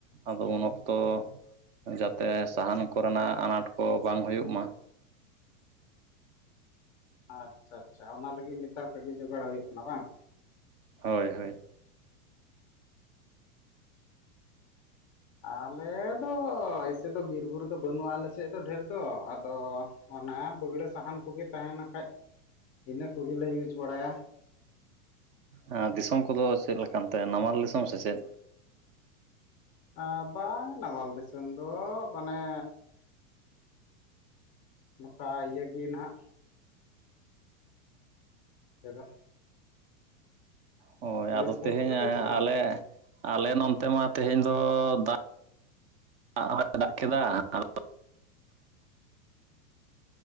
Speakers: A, on the right; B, on the left.
A: ᱟᱫᱚ ᱩᱱ ᱚᱠᱛᱚ ᱡᱟᱛᱮ ᱥᱟᱦᱟᱱ ᱠᱚᱨᱮᱱᱟᱜ ᱟᱱᱟᱴ ᱠᱚ ᱵᱟᱝ ᱦᱩᱭᱩᱜ ᱢᱟ᱾
B: ᱟᱪᱪᱷᱟ ᱟᱪᱪᱷᱟ ᱚᱱᱟ ᱞᱟᱹᱜᱤᱫ ᱱᱮᱛᱟᱨ ᱠᱷᱡ ᱜᱮ ᱡᱚᱜᱟᱲ ᱦᱩᱭᱩᱜ ᱠᱟᱱᱟ ᱵᱟᱝ?
A: ᱦᱳᱭ ᱦᱳᱭ᱾
B: ᱟᱞᱮᱫᱚ ᱮᱭᱥᱮ ᱫᱚ ᱵᱤᱨ ᱵᱩᱨᱩ ᱫᱚ ᱵᱟᱹᱱᱩᱜᱼᱟ ᱟᱞᱮ ᱥᱮᱫ ᱫᱚ ᱰᱷᱮᱨ ᱫᱚ ᱟᱫᱚ ᱚᱱᱟ ᱵᱟᱹᱜᱲᱟᱹ ᱥᱟᱦᱟᱱ ᱠᱚᱜᱮ ᱛᱟᱦᱮᱸᱱ ᱠᱷᱟᱡ ᱤᱱᱟᱹ ᱠᱚᱜᱮᱞᱮ ᱤᱨᱡᱽ ᱵᱟᱲᱟᱭᱟ᱾
A: ᱦᱮᱸ ᱫᱤᱥᱚᱢ ᱠᱚᱫᱚ ᱪᱮᱫ ᱞᱮᱠᱟᱱ ᱛᱮ ᱱᱟᱢᱟᱞ ᱫᱤᱥᱚᱢ ᱥᱮ ᱪᱮᱫ?
B: ᱟ ᱵᱟᱝ ᱱᱟᱢᱟᱞ ᱫᱤᱥᱚᱢ ᱫᱚ ᱢᱟᱱᱮ ᱱᱚᱠᱟ ᱤᱭᱟᱹ ᱜᱮ ᱱᱟᱦᱟᱜ᱾ ᱥᱮᱨᱟ᱾
A: ᱦᱳᱭ ᱟᱫᱚ
B: ᱵᱤᱨ
A: ᱛᱮᱦᱮᱧ
B: ᱵᱩᱨᱩ ᱠᱚᱫᱚ
A: ᱟᱞᱮ᱾
B: ᱰᱷᱮᱨ ᱫᱚ ᱵᱟᱹᱱᱩᱜᱼᱟ
A: ᱟᱞᱮ ᱱᱚᱱᱛᱮ ᱢᱟ ᱛᱮᱦᱮᱧ ᱫᱚ ᱫᱟᱜ ᱦᱚᱸᱭ ᱫᱟᱜ ᱠᱮᱫᱟ ᱟᱫᱚ᱾